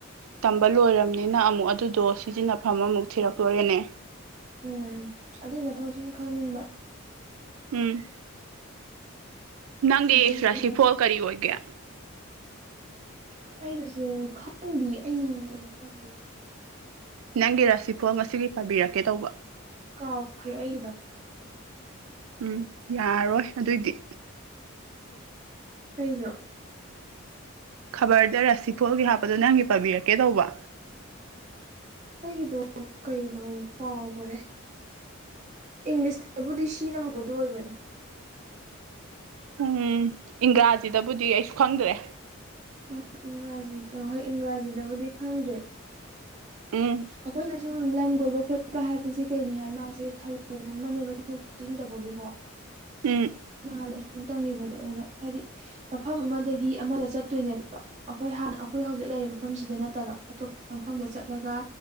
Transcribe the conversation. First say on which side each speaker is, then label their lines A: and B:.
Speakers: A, on the right; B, on the right.
A: ꯇꯝ ꯂꯣꯏꯔꯕꯅꯤꯅ ꯑꯃꯨꯛ ꯑꯗꯨꯗꯣ ꯁꯤꯖꯤꯟꯅꯐꯝ ꯑꯃꯨꯛ ꯊꯤꯔꯛꯇꯣꯔꯦꯅꯦ
B: ꯎꯝ ꯑꯗꯨꯏ ꯃꯊꯪ ꯁꯨꯝ ꯈꯪꯅꯤꯡꯕ
A: ꯎꯝ ꯅꯪꯒꯤ
B: ꯀꯃꯥꯏ
A: ꯔꯁꯤꯐꯣꯜ
B: ꯀꯃꯥꯏ
A: ꯀꯔꯤ ꯑꯣꯏꯒꯦ
B: ꯑꯩꯩꯁꯨꯅꯦ ꯈꯪꯗꯤꯌꯦ ꯑꯩꯅꯦ ꯈꯟꯕꯒꯤ
A: ꯅꯪꯒꯤ ꯔꯁꯤꯐꯣꯜ ꯉꯁꯤꯒꯤ ꯄꯥꯕꯤꯔꯛꯀꯦ ꯇꯧꯕ
B: ꯀꯥꯎꯈ꯭ꯔꯦ ꯑꯩꯒꯤꯗꯣ
A: ꯎꯝ ꯌꯥꯔꯣꯏ ꯑꯗꯨꯏꯗꯤ
B: ꯀꯩꯅꯣ
A: ꯈꯕꯔꯗ ꯔꯁꯤꯐꯣꯜꯒꯤ ꯍꯥꯞꯄꯗꯣ ꯅꯪꯒꯤ ꯄꯥꯕꯤꯔꯛꯀꯦ ꯇꯧꯕ
B: ꯑꯩꯒꯤꯗꯣ ꯀꯩꯅꯣ ꯀꯥꯎꯒꯔꯦ ꯏꯪꯂꯤꯁꯇꯕꯨꯗꯤ ꯁꯤꯅ ꯍꯧꯕꯗꯨ ꯑꯣꯏꯕꯅꯦ
A: ꯍꯝꯎꯝ ꯏꯪꯒ꯭ꯔꯥꯖꯤꯗꯕꯨꯗꯤ ꯑꯩꯁꯨ ꯈꯪꯗ꯭ꯔꯦ
B: ꯑ ꯏꯪꯒ꯭ꯔꯥꯖꯤ ꯍꯣꯏ ꯏꯪꯒ꯭ꯔꯥꯖꯤꯗꯕꯨꯗꯤ ꯈꯪꯗ꯭ꯔꯦ
A: ꯎꯝ
B: ꯑꯩꯈꯣꯏꯅ ꯁꯨꯝ ꯂꯝ ꯀꯣꯏꯕ ꯈꯣꯠꯄ ꯍꯥꯏꯕꯁꯤ ꯀꯩꯅꯣ ꯍꯥꯏ ꯃꯥꯁꯦ ꯊꯧ ꯑꯣꯡ ꯑꯃꯅꯦꯕ ꯆꯠꯊꯣꯛ ꯆꯠꯁꯤꯟ ꯇꯧꯕꯒꯤꯀꯣ
A: ꯎꯝ
B: ꯅꯍꯥꯟ ꯑꯁꯨꯝ ꯇꯪꯒꯤꯕꯗꯣ ꯑꯣꯏꯔꯒ ꯍꯥꯏꯗꯤ ꯃꯐꯝ ꯑꯃꯗꯒꯤ ꯑꯃꯗ ꯆꯠꯇꯣꯏꯅꯦꯕ ꯑꯈꯣꯏ ꯍꯥꯟꯅ ꯑꯈꯣꯏ ꯍꯧꯖꯤꯛ ꯂꯩꯔꯤꯕ ꯃꯐꯝꯁꯤꯗ ꯅꯠꯇꯕ ꯑꯇꯣꯞꯄ ꯃꯐꯝꯗ ꯆꯠ ꯂꯒ